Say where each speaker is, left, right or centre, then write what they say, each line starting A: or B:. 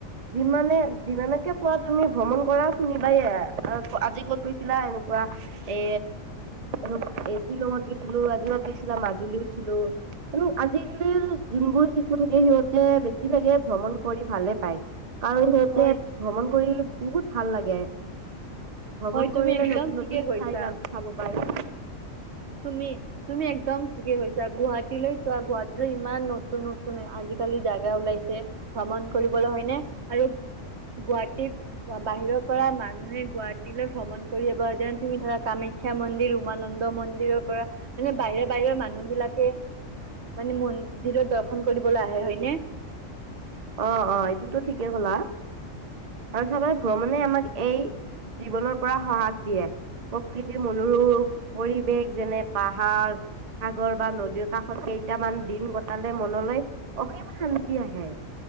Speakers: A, on the right; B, on the right.
A: যিমানে, যিমানকে পোৱা তুমি ভ্ৰমণ কৰা শুনিবা, আজি ক'ত গৈছিলা এনেকুৱা এ, আৰু এ, শ্বিলঙত গৈছিলো <unintelligible> মাজুলী গৈছিলো। এনেও আজিকালি যোনবোৰ শিশু থাকে, সিহঁতে বেছিভাগে ভ্ৰমণ কৰি ভালে পায়। আৰু সিহঁতে
B: হয়
A: ভ্ৰমণ কৰি বহুত ভাল লাগে। ভ্ৰমণ
B: হয় তুমি
A: কৰিলে
B: একদম
A: নতুন,
B: ঠিকে
A: নতুন
B: কৈছা
A: ঠাই যা, চাব পাৰি।
B: তুমি, তুমি একদম ঠিকে কৈছা, গুৱাহাটীলৈ চোৱা, গুৱাহাটীলৈ ইমান নতুন, নতুন আজি কলি জাগা ওলাইছে ভ্ৰমণ কৰিবলৈ হয়নে, আৰু গুৱাহাটীত বাহিৰৰ পৰা মানুহে গুৱাহাটীলৈ ভ্ৰমণ কৰিব যেন তুমি ধৰা কামাখ্যা মন্দিৰ উমানন্দ মন্দিৰ ৰ পৰা মানে বাহিৰৰ বাহিৰৰ মানুহ বিলাকে। মানে মন্দিৰত দৰ্শন কৰিবলৈ আহে হয়নে?
A: অ', অ', এইটোতো ঠিকেই ক'লা আৰু চাবা ভ্ৰমণে আমাক এই জীৱনৰ পৰা সহাক দিয়ে। প্ৰকৃতিৰ মনোৰূপ পৰিৱেশ, যেনে পাহাৰ সাগৰ বা নদীৰ কাষত কেইটামান দিন কটালে মনলৈ অসীম শান্তি আহে।